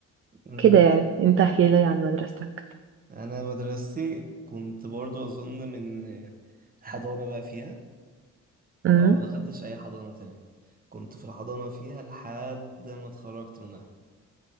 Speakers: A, on the right; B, on the right.
A: مم.
B: كده يعني انت احكي لي عن مدرستك
A: انا مدرستي كنت برضو اظن من حضانة بقى فيها
B: امم
A: اه ما دخلتش اي حضانة تانية كنت في الحضانة فيها لحد ما اتخرجت منها